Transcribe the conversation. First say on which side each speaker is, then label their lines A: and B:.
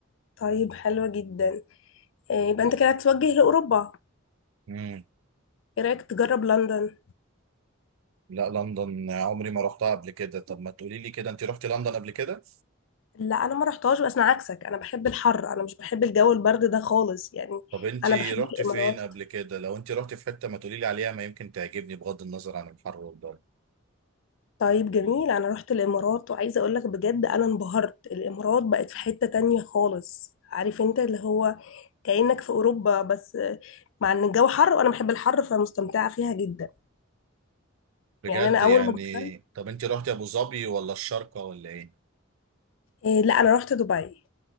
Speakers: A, on the left (about 65°); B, on the right (about 80°).
A: طيب حلوة جدا إيه، يبقى انت كده هتتوجه لأوروبا
B: امم
A: ايه رأيك تجرب لندن
B: لا لندن عمري ما رحتها قبل كده طب ما تقولي لي كده انت رحتي لندن قبل كده
A: لا انا ما رحتهاش بس انا عكسك انا بحب الحر انا مش بحب الجو البرد ده خالص يعني
B: طب انت
A: انا
B: رحتي
A: بحب الامارات
B: فين قبل كده لو انت رحتي في حته ما تقولي لي عليها ما يمكن تعجبني بغض النظر عن الحر والجو
A: طيب جميل انا رحت الامارات وعايزه اقول لك بجد انا انبهرت الامارات بقت في حتة تانية خالص عارف انت اللي هو كأنك في اوروبا بس مع ان الجو حر وانا بحب الحر فمستمتعه فيها جدا
B: بجد
A: يعني انا
B: يعني
A: اول ما دخلت
B: طب انت رحتي ابو ظبي ولا الشارقه ولا ايه
A: إيه لا انا رحت دبي